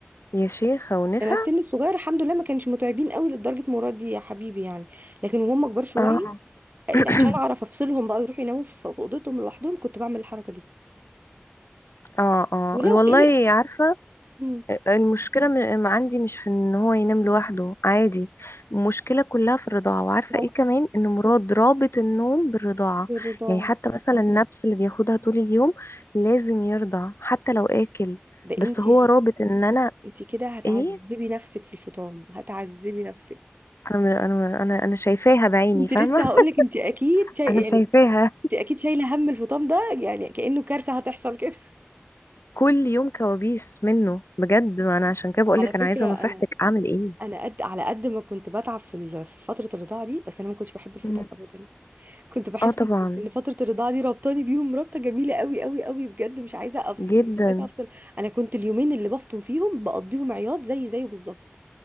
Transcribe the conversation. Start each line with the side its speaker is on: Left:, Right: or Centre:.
Left: يا شيخة ونفع
Right: انا السن الصغير الحمد لله ما كانش متعبين قوي لدرجه مراد يا حبيبي يعني لكن وهم كبار شويه
Left: اه <clears throat>
Right: عشان اعرف افصلهم بقى يروحوا يناموا في في اوضتهم لوحدهم كنت بعمل الحركه دي
Left: اه اه
Right: ولو
Left: والله
Right: قلق
Left: عارفة
Right: مم،
Left: المشكلة م- عندي مش في ان هو ينام لوحده عادي المشكلة كلها في الرضاعة وعارفة
Right: موقف
Left: ايه كمان ان مراد رابط النوم بالرضاعة
Right: الرضاعه
Left: يعني حتى مثلا النبس اللي بياخدها طول اليوم لازم يرضع حتى لو اكل
Right: ده
Left: بس
Right: انت
Left: هو
Right: هت...
Left: رابط ان انا
Right: انت كده هتعذبي
Left: ايه
Right: نفسك في الفطام هتعذبي نفسك
Left: انا م- انا انا انا شايفاها بعيني
Right: انت
Left: فاهمة
Right: لسه هقول لك انت اكيد
Left: <laughs>
Right: شا... يعني
Left: انا شايفاها
Right: انت اكيد شايله هم الفطام ده يعني كانه كارثه هتحصل كده
Left: كل يوم كوابيس منه بجد ما انا عشان
Right: <laughs>
Left: كده بقولك
Right: على فكره
Left: انا عايزة نصيحتك
Right: انا
Left: اعمل ايه
Right: انا قد على قد ما كنت بتعب في ال- في فتره الرضاعه دي بس انا ما كنتش بحب الفطام
Left: مم.
Right: ابدا كنت بحس
Left: اه طبعا
Right: ان إن فتره الرضاعه دي ربطاني بيهم رابطه جميله قوي قوي قوي بجد مش عايزه افصل
Left: جدا
Right: مش عايزه افصل انا كنت اليومين اللي بفطم فيهم بقضيهم عياط زي زيه بالظبط